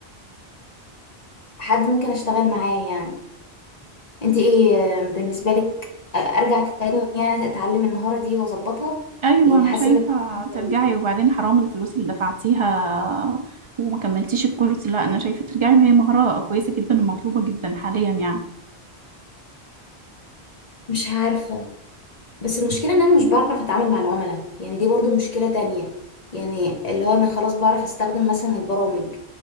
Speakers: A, on the left; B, on the right.
A: حد ممكن اشتغل معاه يعني انت ايه آه، بالنسبة لك آه، ارجع تاني يعني اتعلم المهارة دي واظبطها
B: ايوه
A: يعني
B: انا
A: حاسة
B: شايفه
A: انك
B: ترجعي
A: كويس.
B: وبعدين حرام الفلوس اللي دفعتيها وما كملتيش الكورس لا انا شايفه ترجعي وهي مهاره كويسه جدا ومطلوبه جدا حاليا يعني
A: مش عارفة بس المشكلة ان انا مش بعرف اتعامل مع العملاء يعني دي برضو مشكلة تانية يعني اللي هو انا خلاص بعرف استخدم مثلا البرامج